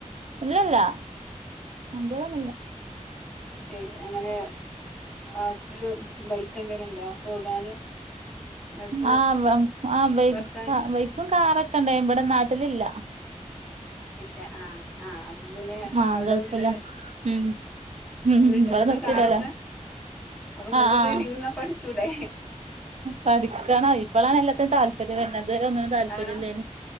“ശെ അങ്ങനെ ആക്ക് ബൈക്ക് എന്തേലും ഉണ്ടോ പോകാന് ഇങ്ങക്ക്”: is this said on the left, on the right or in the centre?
Centre